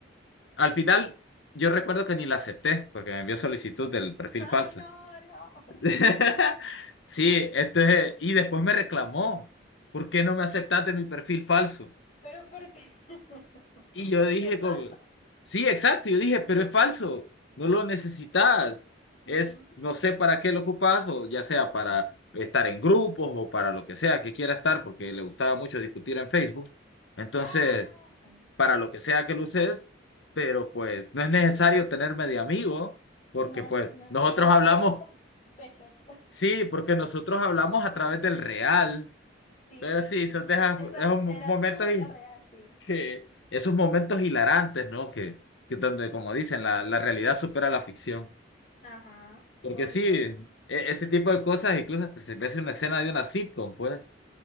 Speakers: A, on the left (about 70°); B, on the left (about 40°).
A: al final, yo recuerdo que ni la acepté, porque me envió solicitud del perfil
B: Ay,
A: falso.
B: no, no. <laughs>
A: <laughs> Sí, entonces, y después me reclamó, ¿por qué no me aceptaste mi perfil falso?
B: Pero ¿por qué? <laughs>
A: Y yo dije
B: Si es falso.
A: como, sí, exacto, yo dije,
B: <laughs>
A: pero es falso, no lo necesitas,
B: Ujú.
A: es, no sé para qué lo ocupas, o ya sea para estar en grupos o para lo que sea que quiera estar, porque le gustaba mucho discutir en Facebook, entonces,
B: Ah, bueno.
A: para lo que sea que lo uses, pero pues no es necesario tenerme de amigo, porque
B: No,
A: pues
B: no, no,
A: nosotros
B: no levantemos
A: hablamos,
B: sospechas. <laughs>
A: sí, porque nosotros hablamos a través del real,
B: Sí,
A: pero
B: sí,
A: sí,
B: sí.
A: son de esas-
B: Esas
A: esos momentos
B: eras tú la real, sí.
A: que esos momentos hilarantes, ¿no? Que, que donde, como dicen, la, la realidad supera la ficción.
B: Ajá, mucho.
A: Porque sí, e- ese tipo de cosas, incluso hasta se ve una escena de una sitcom, pues,